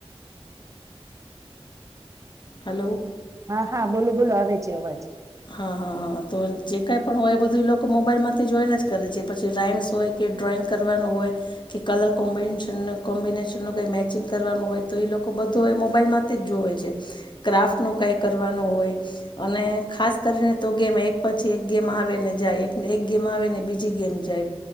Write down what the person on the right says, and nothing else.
હા હા બોલું બોલું આવે છે અવાજ.